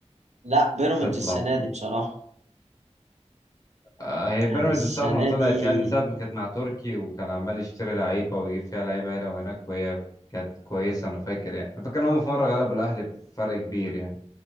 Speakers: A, on the right; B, on the left.
A: لا بيراميدز
B: تطلع
A: السنه دي بصراحه
B: آه، هي
A: يعني
B: بيراميدز
A: السنه
B: من ساعة ما طلعت
A: دي
B: يعني من ساعة ما كانت مع تركي وكان عمال يشتري لعيبة ويجيب فيها لعيبة هنا وهناك وهي كانت كويسة أنا فاكر يعني أنا فاكر إن هم في مرة غلبوا الأهلي بفرق كبير يعني